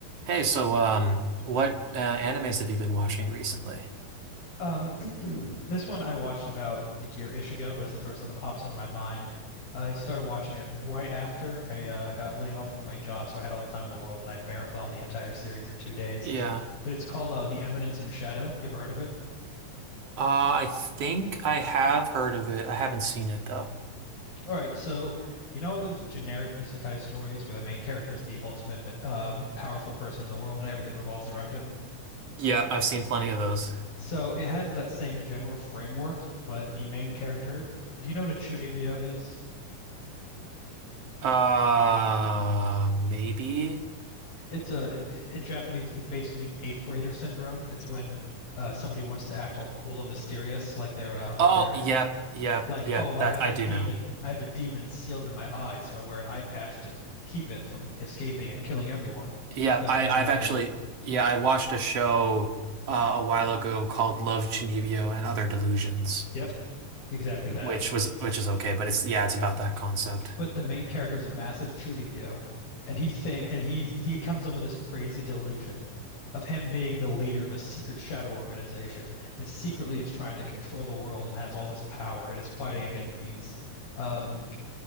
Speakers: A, on the right; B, on the left.
A: Hey, so um, what uh, animes have you been watching recently?
B: Um, <clears throat> this one I watched about a year-ish ago, but it's the first one that pops into my mind. I started watching it right after I uh, got laid off from my job, so I had all the time in the world, and I marathoned the entire series in two days.
A: Yeah.
B: But it's called uh, The Eminence in Shadow. You ever heard of it?
A: Uh, I think I have heard of it. I haven't seen it though.
B: All right, so you know those generic isekai stories where the main character is the ultimate uh, powerful person in the world and everything revolves around him?
A: Yep, I've seen plenty of those.
B: So it has that same general framework, but the main character, do you know what a Chunibyo is?
A: Uh, maybe.
B: It's a it- in Japanese it basically means eighth grader syndrome. It's when uh, somebody wants to act all cool and mysterious, like they're uh, like
A: Oh,
B: they're
A: yep, yep,
B: like,
A: yep.
B: oh, I
A: That
B: have
A: I
B: a demon,
A: do know.
B: I have a demon sealed in my eye, so I wear an eye patch to keep it from escaping and killing everyone.
A: Yep,
B: But
A: I
B: in
A: I've
B: reality,
A: actually yeah, I watched a show uh, a while ago called Love, Chinibyo and Other Delusions,
B: yep, exactly that.
A: which was which is okay, but it's yeah, it's about that concept.
B: but the main character is a massive chunibyo, and he think and he he comes up with this crazy delusion of him being the leader of a secret shadow organization that secretly is trying to control the world and has all this power and is fighting against these um